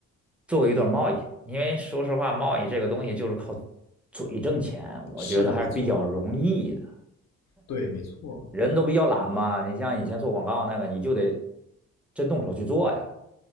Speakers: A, in the centre; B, on the left.
A: 做过一段贸易。因为说实话，贸易这个东西就是靠嘴挣钱，我觉得还是比较容易的。
B: 是，没错。对，没错。
A: 人都比较懒嘛，你像以前做广告那个，你就得真动手去做呀。